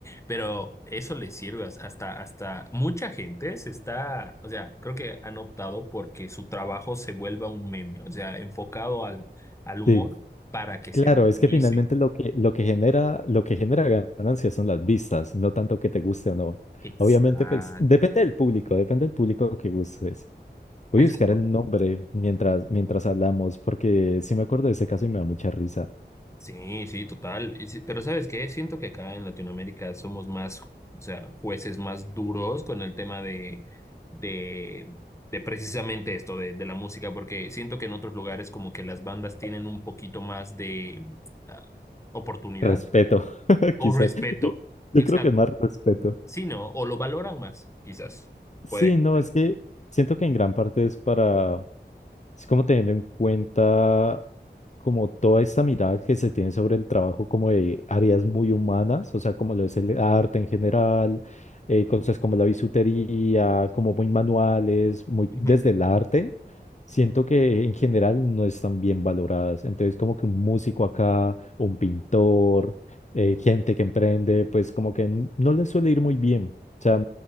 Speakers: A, on the left; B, on the left.
A: pero eso les sirve as- hasta, hasta mucha gente se está, o sea, creo que han optado porque su trabajo se vuelva un meme, o sea, enfocado al, al humor
B: sí
A: para que
B: Claro,
A: se viralice.
B: es que finalmente lo que, lo que genera, lo que genera ganancias son las vistas, no tanto que te guste o no.
A: Exacto.
B: Obviamente, pues, depende del público, depende del público que gustes. Voy
A: Exacto.
B: a buscar el nombre mientras, mientras hablamos, porque sí me acuerdo de ese caso y me da mucha risa.
A: Sí, sí, total. Y sí- pero ¿sabes qué? Siento que acá en Latinoamérica somos más, o sea, jueces más duros con el tema de, de, de precisamente esto, de, de la música, porque siento que en otros lugares como que las bandas tienen un poquito más de mm, ah, oportunidad
B: Respeto, <laughs>
A: o
B: quizás.
A: respeto.
B: Yo
A: Exacto.
B: creo que es más respeto.
A: Sí, ¿no? O lo valoran más, quizás.
B: Sí,
A: Puede que
B: no, es que siento que en gran parte es para, Es como teniendo en cuenta como toda esta mirada que se tiene sobre el trabajo como de áreas muy humanas, o sea, como lo es el arte en general, eh, cosas como la bisutería, como muy manuales, muy
A: sea.
B: desde el arte, siento que en general no están bien valoradas. Entonces, como que un músico acá, un pintor, eh, gente que emprende, pues como que n- no les suele ir muy bien. O sea,